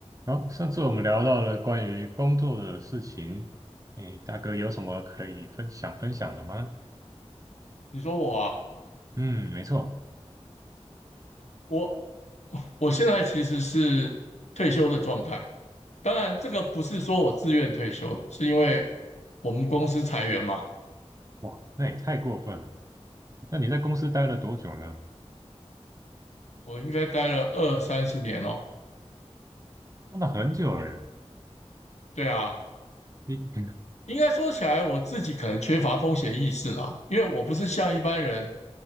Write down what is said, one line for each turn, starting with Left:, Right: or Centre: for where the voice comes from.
Right: 好，上次我们聊到了关于工作的事情，诶，大哥有什么可以分享分享的吗？
Left: 你说我啊，
Right: 嗯，没错，
Left: 我我现在其实是退休的状态。当然，这个不是说我自愿退休的，是因为我们公司裁员嘛。
Right: 哇，那也太过分了。那你在公司待了多久呢？
Left: 我应该待了二三十年哦。
Right: 哦，那很久了耶。
Left: 对啊，
Right: 你，<laughs>
Left: 应该说起来，我自己可能缺乏风险意识啦，因为我不是像一般人，